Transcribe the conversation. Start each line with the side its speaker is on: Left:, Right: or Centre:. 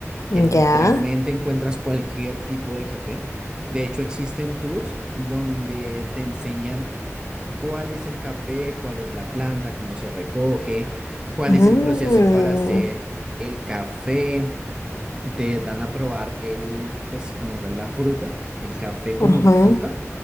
Right: que
Left: Ya.
Right: literalmente encuentras cualquier tipo de café. De hecho, existen tours donde te enseñan cuál es el café, cuál es la planta, cómo se recoge, cuál
Left: Mm,
Right: es el proceso para hacer el café. te dan a probar el, pues como da la fruta, el café como
Left: Ajá,
Right: en fruta,